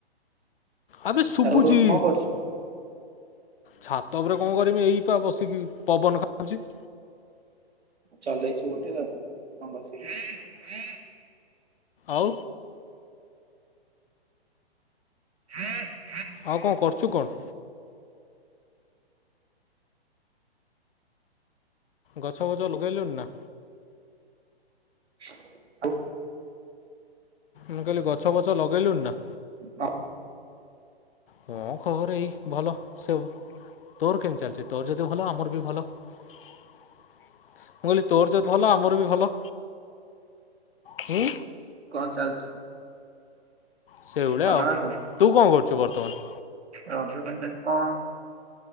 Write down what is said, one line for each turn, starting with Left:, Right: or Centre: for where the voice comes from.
Left: ଆବେ ଶୁଭୁଛି
Right: ଛାତ ଉପରେ ବସି କଣ କରୁଚୁ?
Left: ଛାତ ଉପରେ କଣ କରମି ଏଇ ପା ବସିକି ପବନ ଖାଉଚି।
Right: ଚଲେଇଚୁ ଗୋଟେ ଆଉ ହଁ ବସିକି।
Left: ଆଉ।
Right: <inaudible>
Left: ଆଉ କଣ କରୁଛୁ କଣ? ଗଛ-ବଛ ଲଗେଇଲୁଣି ନା?
Right: <unintelligible>
Left: ମୁଁ କହିଲି ଗଛ-ବଛ ଲଗେଇଲୁଣି ନା?
Right: <unintelligible>
Left: କଣ ଖବର ଏଇ ଭଲ ସବୁ। ତୋର କେମିତି ଚାଲିଛି? ତୋର ଯଦି ଭଲ ଆମର ବି ଭଲ। <inaudible> ମୁଁ କହିଲି ତୋର ଯଦି ଭଲ ଆମର ବି ଭଲ। ହୁଁ।
Right: କଣ ଚାଲିଛି?
Left: ସେଇଭଳିଆ
Right: ଭଲ
Left: ଆଉ।
Right: ନା ସବୁ?
Left: ତୁ କଣ କରୁଛୁ ବର୍ତ୍ତମାନ?
Right: ରଜ ଯାଙ୍କେ କଣ?